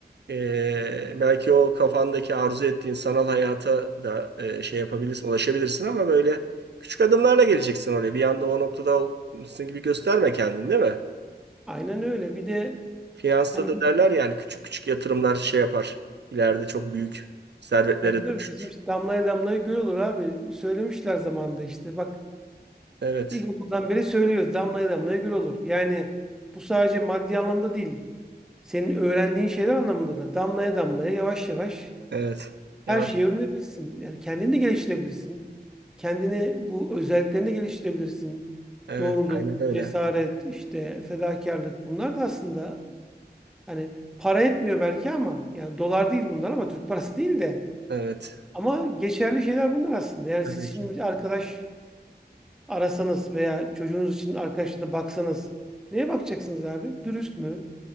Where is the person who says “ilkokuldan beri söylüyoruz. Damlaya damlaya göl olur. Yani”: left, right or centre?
Centre